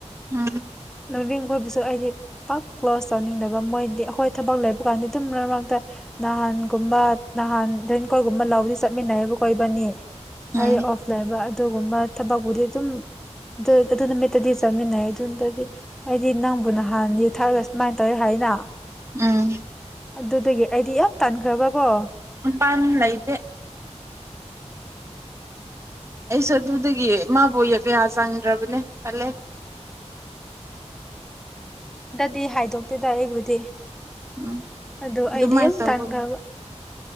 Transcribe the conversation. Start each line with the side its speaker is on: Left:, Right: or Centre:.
Right: ꯎꯝ
Centre: ꯂꯧꯅꯤꯡ ꯃꯈꯣꯏꯕꯨꯁꯨ ꯑꯩꯗꯤ ꯄꯥꯛ ꯀ꯭ꯂꯣꯁ ꯆꯥꯅꯤꯡꯗꯕ ꯃꯣꯏꯗꯤ ꯑꯩꯈꯣꯏ ꯊꯕꯛ ꯂꯩ ꯀꯥꯟꯗꯤ ꯇꯨꯝ ꯃꯔ ꯃꯔꯛꯇ ꯅꯍꯥꯟꯒꯨꯝꯕ ꯅꯍꯥꯟ ꯑꯗꯨꯩꯅ ꯀꯣꯏꯒꯃ ꯂ ꯂꯧꯥꯎꯗꯤ ꯆꯠꯃꯤꯅꯍꯕꯕꯨ ꯀꯣꯏꯕꯅꯤ
Right: ꯎꯝ
Centre: ꯑꯩ ꯑꯣꯐ ꯂꯩꯕ ꯑꯗꯨꯒꯨꯝꯕ ꯊꯕꯕꯨꯗꯤꯦ ꯑꯗꯨꯝ ꯑꯗꯨ ꯑꯗꯨ ꯅꯨꯃꯤꯠꯇꯗꯤ ꯆꯠꯃꯤꯟꯅꯩ ꯑꯗꯨꯗꯗꯤ ꯑꯩꯗꯤ ꯅꯪꯕꯨ ꯅꯍꯥꯟ ꯌ ꯊꯥꯔꯒ ꯁꯨꯃꯥꯏꯅ ꯇꯧꯋꯦ ꯍꯥꯏꯅ
Right: ꯎꯝ
Centre: ꯑꯗꯨꯗꯒꯤ ꯑꯩꯗꯤ ꯌꯥꯝ ꯇꯥꯟꯈ꯭ꯔꯕꯀꯣ
Right: ꯃꯄꯥꯟ ꯂꯩꯇꯦ ꯑꯩꯁꯨ ꯑꯗꯨꯗꯒꯤ ꯏꯃꯕꯨꯣꯏ ꯀꯌꯥ ꯆꯪꯗ꯭ꯔꯕꯅꯦ ꯆꯠꯂꯦ
Centre: ꯔꯤ ꯍꯥꯏꯗꯣꯛ ꯦꯗ ꯑꯩꯕꯨꯗꯤ
Right: ꯎꯝ
Centre: ꯑꯗꯣ
Right: ꯑꯗꯨꯃꯥꯏꯅ
Centre: ꯑꯩꯗꯤ ꯑꯃꯨ
Right: ꯇꯧꯕ
Centre: ꯇꯥꯟꯈꯕ